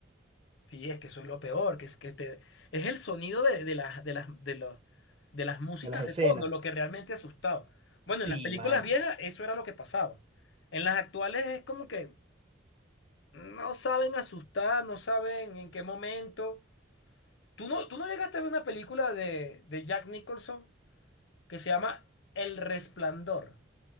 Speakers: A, on the left; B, on the right.
A: Sí, es que eso es lo peor, que es que te, es el sonido de, de las, de las, de los, de las músicas
B: de las escenas.
A: de fondo lo que realmente asustaba. Bueno,
B: Sí,
A: en las películas
B: man.
A: viejas eso era lo que pasaba. En las actuales es como que No saben asustar, no saben en qué momento. ¿Tú no, tú no llegaste a ver una película de, de Jack Nicholson que se llama El Resplandor?